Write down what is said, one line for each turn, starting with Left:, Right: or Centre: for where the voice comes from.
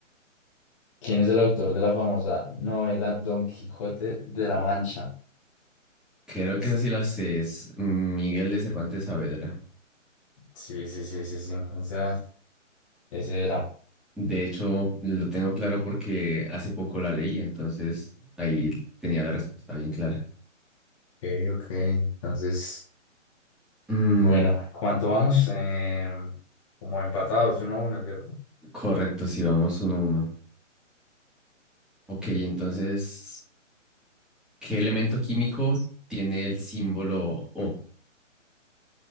Left: ¿Quién es el autor de la famosa novela Don Quijote de la Mancha?
Centre: Creo
Left: Es-
Centre: que esa sí la sé, es Miguel de Cervantes Saavedra.
Left: Sí, sí, sí, sí, sí. esa- ese era.
Centre: De hecho, lo tengo claro porque hace poco la leí, entonces ahí tenía la respuesta bien clara.
Left: Ok, ok. Entonces,
Centre: Mm,
Left: Bueno, ¿cuánto vamos? Eh, como empatados, uno a uno, ¿cierto?
Centre: correcto, sí, vamos uno a uno. Ok, entonces, ¿qué elemento químico tiene el símbolo O?